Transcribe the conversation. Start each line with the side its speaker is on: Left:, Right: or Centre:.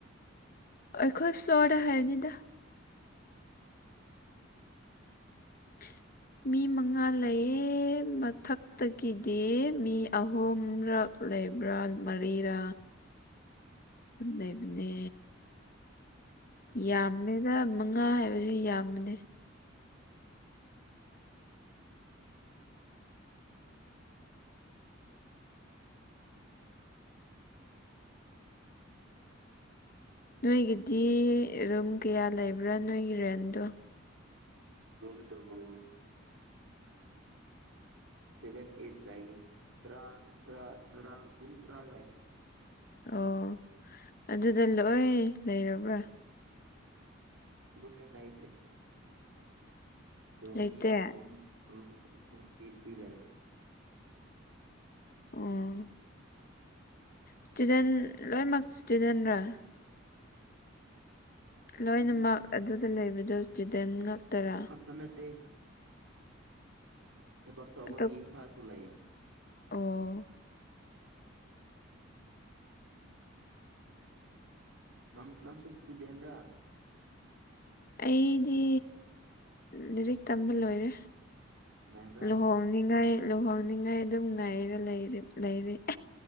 Left: ꯑꯩꯈꯣꯏ ꯐ꯭ꯂꯣꯔꯗ ꯍꯥꯏꯕꯅꯤꯗ ꯍ ꯃꯤ ꯃꯉꯥ ꯂꯩꯌꯦ ꯃꯊꯛꯇꯒꯤꯗꯤ ꯃꯤ ꯑꯍꯨꯝꯔꯛ ꯂꯩꯕ꯭ꯔꯥ ꯃꯔꯤꯔꯥ ꯂꯩꯕꯅꯦ ꯌꯥꯝꯃꯦꯗ ꯃꯉꯥ ꯍꯥꯏꯕꯕꯁꯤ ꯌꯥꯝꯕꯅꯦ
Right: <inaudible>
Left: ꯅꯣꯏꯒꯤꯗꯤ ꯔꯨꯝ ꯀꯌꯥ ꯂꯩꯕ꯭ꯔꯥ ꯅꯣꯏꯒꯤ ꯔꯦꯟꯇꯣ
Right: <unintelligible> ꯁꯦꯚꯦꯟ ꯑꯦꯠ ꯂꯩꯒꯅꯤ ꯇꯔꯥ ꯇꯔꯥ ꯇꯔꯥ ꯑꯗꯨꯝ ꯇ꯭ꯔꯥ ꯂꯩꯒꯅꯤ
Left: ꯑꯣ ꯑꯗꯨꯗ ꯂꯣꯏ ꯂꯩꯔꯕ꯭ꯔꯥ
Right: <unintelligible> ꯂꯩꯇꯦ ꯑꯗꯣ
Left: ꯂꯩꯇꯦ
Right: ꯃꯤ ꯔꯨꯝ ꯔꯨꯝ ꯗꯤ ꯐ꯭ꯔꯤ ꯂꯩ
Left: ꯑꯣ ꯏꯁꯇꯨꯗꯦꯟ ꯂꯣꯏꯃꯛ ꯏꯁꯇꯨꯗꯦꯟ꯭ꯔꯥ ꯂꯣꯏꯅꯃꯛ
Right: ꯃꯤ
Left: ꯑꯗꯨꯗ ꯂꯩꯕꯗꯣ ꯏꯁꯇꯨꯗꯦꯟ ꯉꯥꯛꯇꯔꯥ
Right: <unintelligible> ꯊꯕꯛ ꯇꯧꯕ
Left: ꯑꯇꯣꯞ
Right: ꯃꯤ ꯈꯔꯁꯨ ꯂꯩꯌꯦ
Left: ꯑꯣ
Right: ꯅꯪ ꯅꯪ ꯁꯨ ꯏꯁꯇꯨꯗꯦꯟꯔꯥ
Left: ꯑꯩꯗꯤ ꯂꯥꯏꯔꯤꯛ ꯇꯝꯕ ꯂꯣꯏꯔꯦ
Right: ꯉꯥꯏꯕ꯭ꯔꯥ
Left: ꯂꯨꯍꯣꯡꯅꯤꯡꯉꯥꯏ ꯂꯨꯍꯣꯡꯅꯤꯡꯉꯥꯏ ꯑꯗꯨꯝ ꯉꯥꯏꯔ ꯂꯩ ꯂꯩꯔꯤ